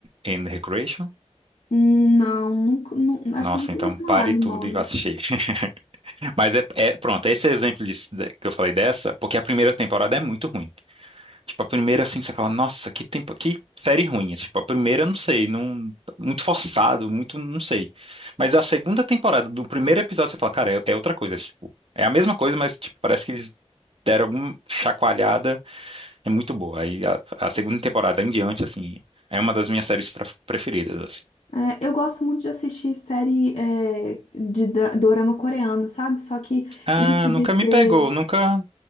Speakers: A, on the right (about 55°); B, on the left (about 75°).
A: and Recreation?
B: Hum, Não, nunca, nu- acho
A: Nossa,
B: que eu nunca
A: então
B: ouvi falar
A: pare
B: de
A: tudo
B: nome.
A: e vá assistir. <laughs> Mas é, é- pronto, esse exemplo disso, de- que eu falei dessa, porque a primeira temporada é muito ruim. Tipo, a primeira, assim, você fala, nossa, que tempo, que série ruim. É, Tipo, a primeira, eu não sei, não, muito forçado, muito, não sei. Mas a segunda temporada, do primeiro episódio, você fala, cara, é, é outra coisa, é, tipo, é a mesma coisa, mas, tipo, parece que eles deram alguma chacoalhada, é muito boa. Aí, a, a segunda temporada em diante, assim, é uma das minhas séries pra- preferidas, assim.
B: É, eu gosto muito de assistir série é, de dra- dorama coreano, sabe? Só que
A: Ah,
B: isso
A: nunca
B: de ser,
A: me pegou, nunca...